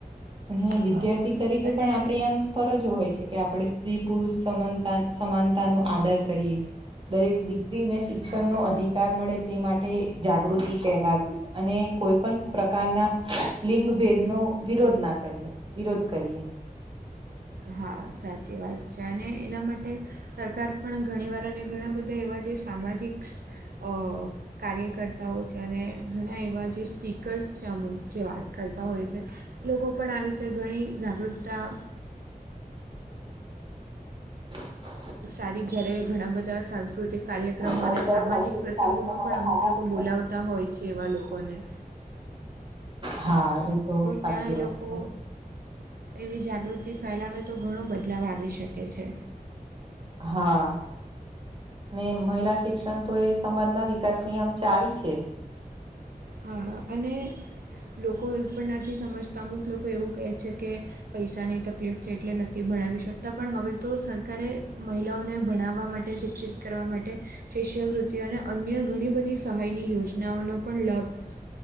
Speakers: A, on the right; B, on the right.
A: અને
B: હા
A: વિદ્યાર્થી તરીકે
B: અને
A: પણ આપણી આમ ફરજો હોય છે કે આપડે સ્ત્રી પુરુષ સમનતા સમાનતા નો આદર કરીયે દરેક દીકરીને શિક્ષણ
B: હા
A: નો અધિકાર મળે તે માટે જાગૃતિ ફેલાવી અને કોઈ પણ પ્રકારના લિંગ ભેદ નો વિરોધના કરીએ, વિરોધ કરીએ.
B: હા, સાચી વાત છે, અને એના માટે સરકાર પણ ઘણીવાર અને ઘણા બધા એવા જે સામાજિકસ અ કાર્યકર્તાઓ છે, અને ઘણા એવા જે સ્પીકર્સ છે, અમુક જો આ કરતા હોય છે. લોકો પણ આ વિશે ઘણી જાગૃતતા.
A: <unintelligible>
B: સારી જ્યારે ઘણા બધા સાંસ્કૃતિક. કાર્યક્રમો
A: આ
B: અને
A: બધા
B: સામાજિક
A: સાંસ્કૃતિક
B: પ્રસંગોમાં
A: કાર્યક્રમોને
B: પણ અમુક
A: સામાજિક
B: લોકો બોલાવતા હોય છે, એવા લોકોને.
A: હા, એ તો સાચી
B: ત્યાં એ
A: વાત
B: લોકો
A: છે.
B: એવી જાગૃતિ ફેલાવે, તો ઘણો બદલાવ આવી શકે છે.
A: હા. ને મહિલા શિક્ષણ તો, એ સમાજના વિકાસની આમ ચાવી છે.
B: હા, અને લોકો એવું પણ નથી સમજતા, અમુક લોકો એવું કહે છે કે. પૈસાની તકલીફ છે, એટલે નથી ભણાવી શકતા, પણ હવે તો સ કારે મહિલાઓને ભણાવવા માટે શિક્ષિત. કરવા માટે, શિષ્ય વૃતિ અને અન્ય ઘણી બધી સહાય. એની યોજનાઓનો પણ લાભ સ